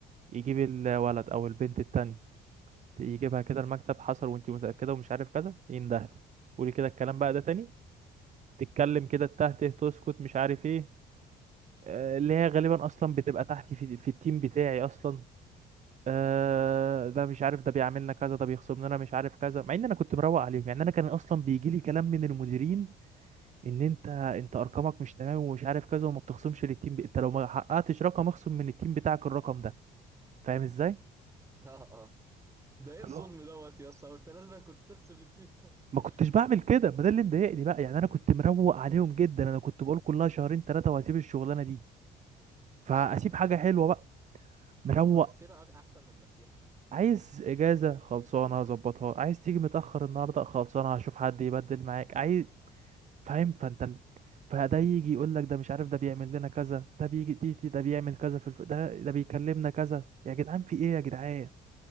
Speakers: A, on the right; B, on the right.
A: يجيب الولد او البنت التانية يجيبها كده المكتب حصل وانت متأكدة ومش عارف كذا يندهلي قولي كده الكلام بقى ده تاني تتكلم كده التاه ته تسكت مش عارف ايه آه، اللي هي غالبا اصلا بتبقى تحتي في, في التيم بتاعي اصلا آه
B: م. <laughs>
A: ده مش عارف ده بيعملنا كذا ده بيخصم لنا مش عارف كذا مع ان انا كنت مروق عليهم يعني انا كان اصلا بيجي لي كلام من المديرين ان انت انت ارقامك مش تمام ومش عارف كذا وما بتخصمش للتيم ب... انت لو ما حققتش رقم اخصم من التيم بتاعك الرقم ده فاهم ازاي
B: اه اه ده ايه
A: فاللي
B: الظلم
A: هو
B: دوت يا اسطى انت لازم كنت تخصم للتيم <laughs>
A: ما كنتش بعمل كده ما ده اللي مضايقني بقى يعني انا كنت مروق عليهم جدا انا كنت بقول كلها شهرين ثلاثه وهسيب الشغلانه دي فاسيب
B: ايوه ايوه
A: حاجه حلوه بقى مروق
B: اه اه السيره احسن من المسيره
A: عايز اجازه خلصانه هظبطها عايز تيجي متاخر النهارده خلصانه هشوف حد يبدل معاك عايز فاهم فانت ال- فده يجي يقول لك ده مش عارف ده بيعمل لنا كذا ده بيجي تيتي ده بيعمل كذا في الف... ده ده بيكلمنا كذا يا جدعان في ايه يا جدعان